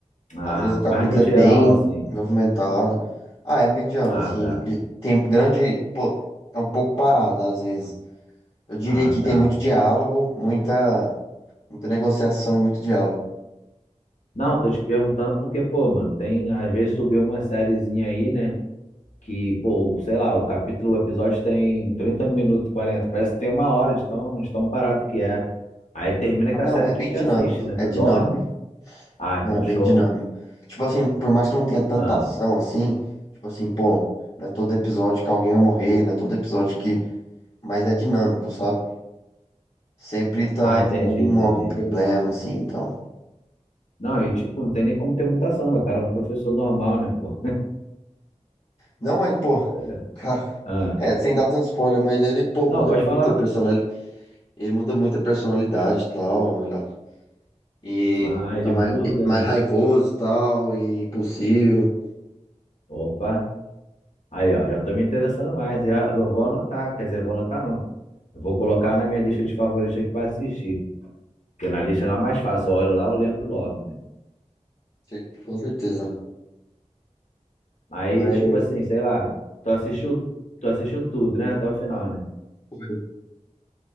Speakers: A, on the left; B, on the left.
A: Ah,
B: Às vezes o capítulo
A: mas no geral,
B: é bem
A: assim.
B: movimentado. Ah, é mediano,
A: Ah,
B: assim.
A: tá.
B: e Tem grande. pô, é um pouco parado, às vezes. Eu diria
A: Ah,
B: que
A: tá.
B: tem muito diálogo, muita, muita negociação e muito diálogo.
A: Não, tô te perguntando porque, pô, mano, tem, às vezes tu vê uma sériezinha aí, né? Que, pô, sei lá, o capítulo, o episódio tem 30 minutos, 40. parece que tem uma hora de tão, de tão parado que é. Aí termina
B: Ah,
A: com
B: não,
A: a série
B: é
A: que
B: bem
A: te
B: dinâmico.
A: assiste, né?
B: É
A: Tu
B: dinâmico.
A: dorme. Ah,
B: Não,
A: então
B: é bem
A: show.
B: dinâmico. Tipo assim, por mais que não tenha tanta
A: Ah.
B: ação assim, tipo assim, pô, não é todo episódio que alguém vai morrer, não é todo episódio que. Mas é dinâmico, sabe? Sempre tá
A: Ah, entendi,
B: tendo algum,
A: entendi.
B: algum problema, assim, então.
A: Não, e tipo, não tem nem como ter muita ação, né? O cara é um professor normal, né, pô?
B: Não, mas, pô, o
A: <laughs>
B: cara,
A: Ah,
B: é, sem dar tanto spoiler, mas ele, pô, muda
A: não, pode
B: muito
A: falar.
B: a personalidade. Ele muda muito a personalidade e tal. ele- E
A: Ah,
B: fica
A: ele
B: mais,
A: muda,
B: mais
A: né?
B: raivoso e tal, e impulsivo.
A: Opa, aí ó, já tô me interessando mais. Eu, eu vou anotar, quer dizer, eu vou anotar não. Eu vou colocar na minha lista de favoritos aqui pra assistir. Porque na lista não é mais fácil.
B: Pena,
A: Eu olho lá, eu lembro logo, né?
B: cer- com certeza.
A: Aí,
B: Mas,
A: tipo assim, sei lá, tu assistiu, tu assistiu tudo, né? Até o final, né?
B: pô, é